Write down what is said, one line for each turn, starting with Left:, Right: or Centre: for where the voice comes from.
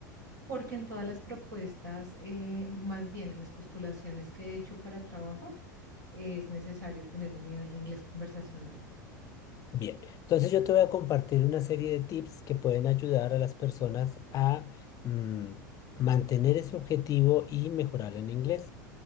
Right: Porque en todas las propuestas, eh, más bien en las postulaciones que he hecho para trabajo, es necesario tener un nivel de inglés conversacional.
Left: Bien, entonces yo te voy a compartir una serie de tips que pueden ayudar a las personas a mm, mantener ese objetivo y mejorar en inglés.